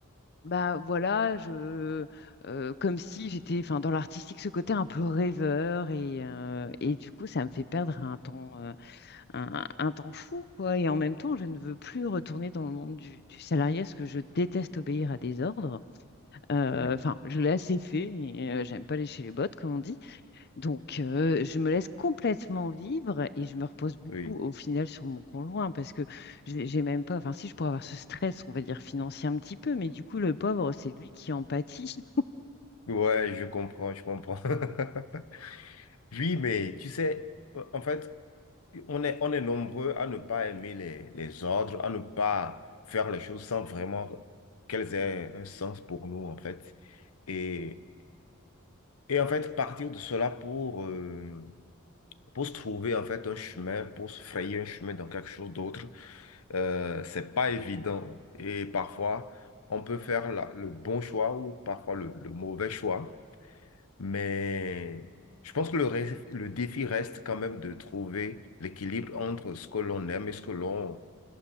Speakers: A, on the left; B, on the left.
A: bah voilà, je, euh, comme si j'étais, enfin, dans l'artistique, ce côté un peu rêveur et, euh, et du coup, ça me fait perdre un temps. euh, un, un temps fou, quoi. Et en même temps, je ne veux plus retourner dans le monde du, du salarié parce que je déteste obéir à des ordres. Euh,
B: Oui.
A: Enfin, je l'ai assez fait et euh, j'aime pas lécher les bottes, comme on dit. Donc, euh, je me laisse complètement vivre et je me repose beaucoup
B: Oui.
A: au final sur mon conjoint parce que j'ai j'ai même pas, enfin, si je pourrais avoir ce stress, on va dire financier un petit peu, mais du coup, le pauvre, c'est lui qui en pâtit.
B: Ouais, je comprends, je comprends. <laughs> Oui, mais tu sais, euh, en fait, on est, on est nombreux à ne pas aimer les, les ordres, à ne pas faire les choses sans vraiment qu'elles aient un sens pour nous, en fait. Et Et en fait, partir de cela pour, euh, pour se trouver en fait un chemin, pour se frayer un chemin dans quelque chose d'autre, euh, c'est pas évident. Et parfois, on peut faire la- le bon choix ou parfois le, le mauvais choix. Mais je pense que le, ré- le défi reste quand même de trouver l'équilibre entre ce que l'on aime et ce que l'on